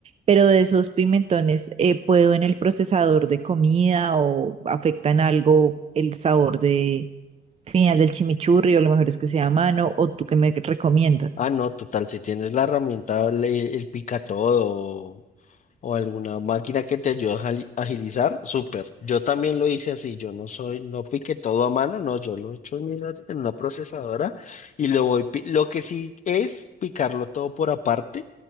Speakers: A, on the right; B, on the left.
A: Pero de esos pimentones, eh, ¿puedo en el procesador de comida o afectan algo el sabor de final del chimichurri o lo mejor es que sea a mano o tú qué me recomiendas?
B: Ah, no, total, si tienes la herramienta, le- el, pica todo, o alguna máquina que te ayude a jali- agilizar, súper. Yo también lo hice así, yo no soy, no piqué todo a mano, no, yo lo he hecho en una, en una procesadora y lo voy, pi- lo que sí es picarlo todo por aparte